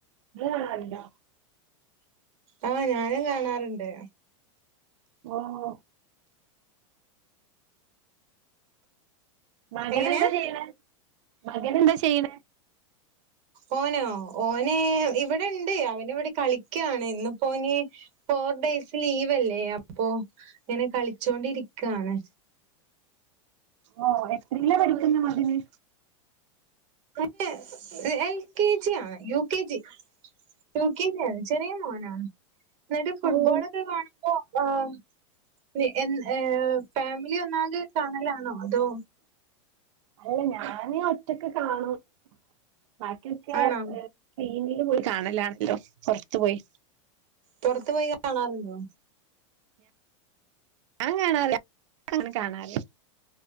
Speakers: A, on the right; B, on the right.
A: ഇങ്ങൾ കാണാറുണ്ടോ?
B: ആഹ് ഞാനും കാണാറ്ണ്ട്.
A: ഓഹ് മകൻ
B: എങ്ങനെയാ
A: എന്താ ചെയ്യ്ണെ? മകൻ എന്താ ചെയ്യ്ണെ?
B: ഓനോ ഓന് ഇവിടെണ്ട് അവന് ഇവടെ കളി ക്യാണ് ഇന്ന്പ്പോന് ഫോർ ടെയ് സ് ലീവല്ലേ അപ്പൊ ഇങ്ങനെ കളിച്ചോണ്ടിരിക്കാണ്.
A: ഓഹ് എത്രീലാ പഠിക്കുന്ന മകന്?
B: മറ്റ് എൽ കെ ജി ആണ് U K G U K G ആണ് ചെറിയ മോനാണ് ഇന്നട്ട് ഫുട്ബോളൊക്കെ
A: ഓ
B: കാണുമ്പോ ഏഹ് ന്ന് എൻ ഏഹ് ഫാമിലി ഒന്നാകെ കാണലാണോ അതോ
A: അല്ല ഞാന് ഒറ്റക്ക് കാണും. ബാക്കിയൊക്കെ
B: ആണോ
A: ഏഹ് <unintelligible> <unintelligible> പോയി കാണലാണല്ലോ പൊർത്ത് പോയി.
B: പൊർത്തു പോയി കാണാറുണ്ടോ?
A: ഞാൻ കാണാറില്ല <unintelligible> അങ്ങനെ കാണാതെ